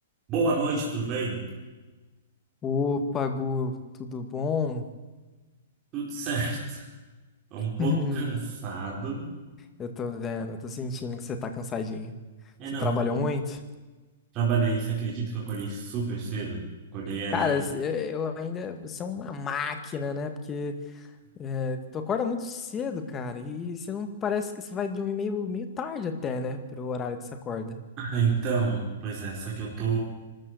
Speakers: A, on the right; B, on the left.
A: Boa noite, tudo bem?
B: Opa, Gu, tudo bom?
A: Tudo certo. <laughs> Um pouco
B: <laughs>
A: cansado.
B: Eu tô vendo, eu tô sentindo que você tá cansadinho.
A: É,
B: Você
A: não,
B: trabalhou
A: foi-
B: muito?
A: trabalhei. Você acredita que eu acordei super cedo? Acordei era.
B: Cara, cê- eu ainda. Você é uma máquina, né? Porque é, tu acorda muito cedo, cara, e você não parece que você vai dormir meio, meio tarde até, né? Pelo horário que você acorda.
A: Ah, então, pois é, só que eu tô